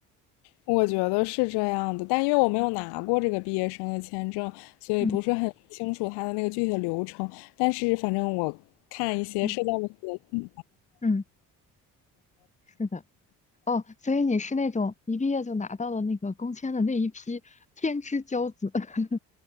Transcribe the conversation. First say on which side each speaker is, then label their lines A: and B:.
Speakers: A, on the left (about 80°); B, on the left (about 20°).
A: 我觉得是这样的，但因为我没有拿过这个毕业生的签证，所以不是很清楚他的那个具体的流程。
B: 嗯
A: 但是反正我看一些社交媒体，
B: 嗯嗯，是的。哦，所以你是那种一毕业就拿到了那个工签的那一批天之骄子。<laughs>